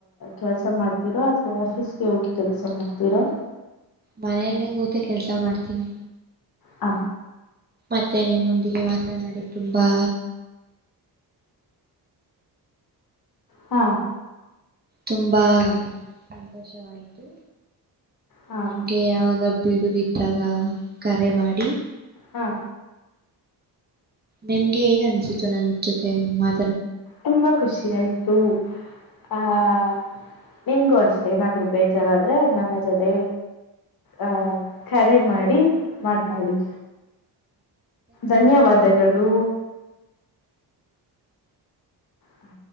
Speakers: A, on the left; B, on the right.
A: ಕೆಲ್ಸ ಮಾಡ್ತಿರೋ ಅಥವಾ ಆಫೀಸ್ಗೆ ಹೋಗಿ ಕೆಲಸ ಮಾಡ್ತಿರೋ
B: ಮನೆಯಲ್ಲೇ ಕೂತು ಕೆಲ್ಸ ಮಾಡ್ತೀನಿ
A: ಹ
B: ಮತ್ತೆ ನಿಮ್ಮೊಂದಿಗೆ ಮಾತನಾಡಿ ತುಂಬಾ
A: ಹಾ
B: ತುಂಬಾ ಸಂತೋಷವಾಯತು
A: ಹಾ
B: ನಿಮ್ಗೆ ಯಾವಾಗ ಬೀಡು ಬಿದ್ದಾಗ ಕರೆ ಮಾಡಿ
A: ಹಾ
B: ನಿಮ್ಗೆ ಹೇಗ್ ಅನ್ಸುತ್ತ ನನ್ ಜೊತೆ ಮ
A: ತುಂಬಾ ಖುಷಿ ಆಯ್ತು ಹ ಹ
B: ಹ್ಮ್
A: ನಿಮ್ಗೂ ಅಷ್ಟೇ ಏನಾದ್ರು ಬೇಜಾರಾದ್ರೆ ನನ್ನ ಜೊತೆ ಆ ಕರೆ ಮಾಡಿ ಮಾತಾಡಿ ಧನ್ಯವಾದಗಳು ಹೂ